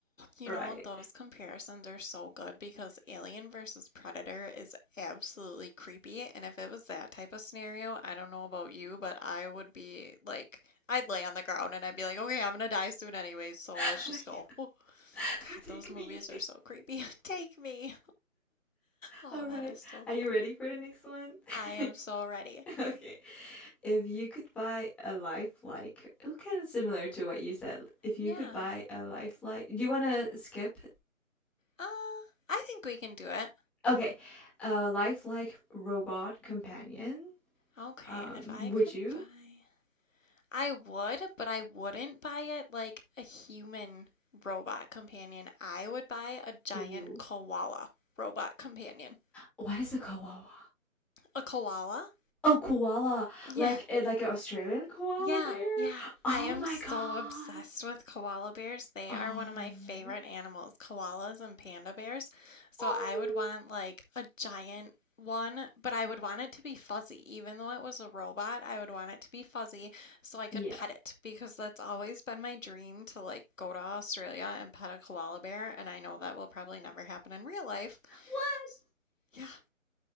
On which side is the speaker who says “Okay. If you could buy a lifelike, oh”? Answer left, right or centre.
Centre